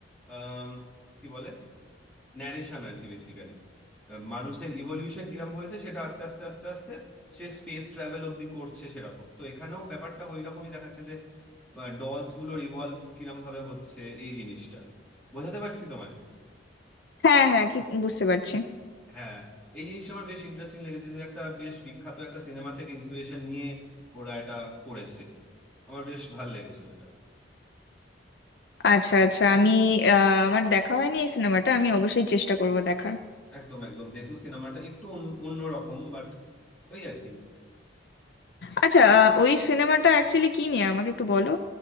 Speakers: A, in the centre; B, on the left.
A: আম, কি বলে ন্যারেশন আর কি বেসিক্যালি মানুষের ইভলিউশন কিরকম হয়েছে সেটা আস্তে আস্তে আস্তে আস্তে সে স্পেস ট্রাভেল অব্দি করছে সেরকম তো এখানেও ব্যাপারটা ওই রকমই দেখাচ্ছে যে ডলস গুলোর ইভলভ কিরম ভাবে হচ্ছে এই জিনিসটা বোঝাতে পারছি তোমায়
B: হ্যাঁ হ্যাঁ কি বুঝতে পারছি
A: হ্যাঁ এই জিনিসটা আমার বেশ ইন্টারেস্টিং লেগেছে যে একটা বেশ বিখ্যাত একটা সিনেমা থেকে ইন্সপিরেশন নিয়ে ওরা এটা করেছে আমার বেশ ভালো লেগেছিল এটা
B: আচ্ছা আচ্ছা আমি আহ, আমার দেখা হয়নি এই সিনেমাটা আমি অবশ্যই চেষ্টা করব দেখার
A: একদম একদম দেখো সিনেমাটা একটু অন্য রকম বাট ওই আর কি
B: আচ্ছা আহ, ওই সিনেমাটা অ্যাকচুয়ালি কি নিয়ে আমাকে একটু বলো